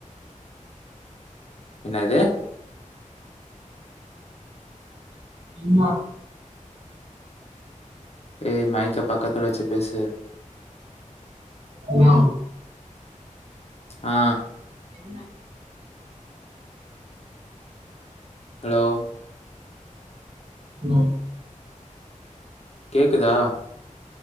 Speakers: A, on the left (about 50°); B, on the right (about 50°).
A: என்னாது
B: என்ன
A: ஏய் மைக்கா பக்கத்துல வச்சு பேசு
B: ஹலோ
A: ஆ
B: என்ன
A: ஹலோ
B: ம்
A: கேக்குதா